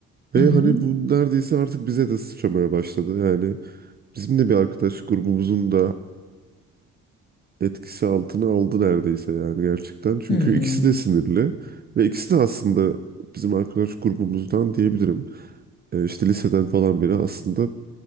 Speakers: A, on the right (about 30°); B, on the left (about 35°).
A: Ve
B: hı hı.
A: hani bu neredeyse artık bize de sıçramaya başladı. Yani bizim de bir arkadaş grubumuzun da e, etkisi altına aldı neredeyse yani gerçekten. Çünkü
B: Hmm.
A: ikisi de sinirli ve ikisi de aslında bizim arkadaş grubumuzdan diyebilirim. E, işte liseden falan beri aslında